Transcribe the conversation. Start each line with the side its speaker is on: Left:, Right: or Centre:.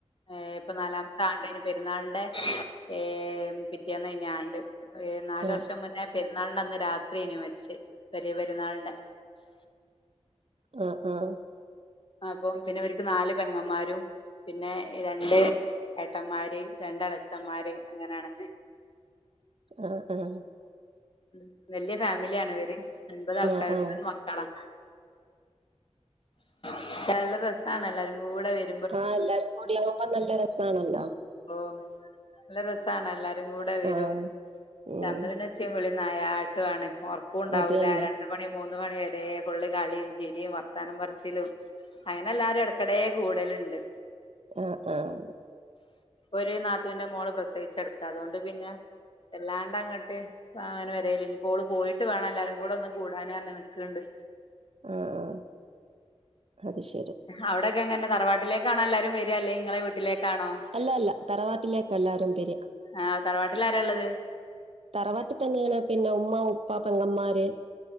Left: ഏഹ് ഇപ്പം നാലാമത്ത ആ <unintelligible> പെരുന്നാളിന്റെ ഏഹ് പിറ്റേന്ന് ആയിന് ആണ്ടു ഏഹ് നാലു
Right: ആ ആ
Left: വർഷം മുന്നേ പെരു പെരുന്നാളിൻ്റെ അന്ന് രാത്രി എയിനു മരിച്ചെ വലിയ പെരുന്നാളിന്റെ
Right: ആഹ് ആഹ്
Left: അപ്പോ പിന്നെ ഇവര്ക്ക് നാല് പെങ്ങമാരും പിന്നെ രണ്ട് ഏട്ടന്മാര് രണ്ട് എളച്ചന്മാര് അങ്ങനെയാണ്
Right: ആഹ് ആഹ്
Left: ഉം വെല്ല്യ ഫാമിലിയാണ് ഇവര് അൻപതാൾക്കാര്
Right: ആ ആ
Left: അഞ്ച് മക്കളാ പക്ഷേ നല്ല രസാണ് എല്ലാരും കൂടെ വരുമ്പോ
Right: ആഹ് എല്ലാരും കൂടി ആവുമ്പോ നല്ല രസാണല്ലോ
Left: ഓഹ് നല്ല രസാണ് എല്ലാരും കൂടെ വരും
Right: ആ ഉം
Left: അന്ന് പിന്നെ ചിരീം വിളീം നയാട്ടുമാണ് ഉറക്കുണ്ടാവൂല്ല
Right: അത് തന്നെ
Left: രണ്ടും മണി മൂന്ന് മണി വരേം ഫുള്ള് കളിം ചിരിം വർത്താനം പറച്ചിലും അങ്ങനെല്ലാരും എടക്കിടെ കൂടലുണ്ട്
Right: ആഹ് ആഹ്
Left: ഒരു നാത്തൂന്റെ മോള് പ്രസവിച്ച് കിടക്ക അതുകൊണ്ട് പിന്നെ വല്ലാണ്ട് അങ്ങട്ട് അങ്ങനെ വരേലില്ലേ ഇനിയിപ്പോ ഓള് പോയിട്ട് വേണം എല്ലാരും കൂടെ ഒന്ന് കൂടാന്പറന്ന് നിൽക്കണ്ട്
Right: ആഹ് ആഹ് അത് ശെരി
Left: അവിടക്കെങ്ങനെ തറവാട്ടിലേക്കാണോ എല്ലാരും വര്യ അല്ലേ ഇങ്ങളെ വീട്ടിലേക്കാണോ
Right: അല്ലല്ല തറവാട്ടിലേക്ക എല്ലാരും ബെര
Left: ആഹ് തറവാട്ടിൽ ആരാ ഇള്ളത്
Right: തറവാട്ടി തന്നെയാണ് പിന്നെ ഉമ്മ ഉപ്പ പെങ്ങമാര്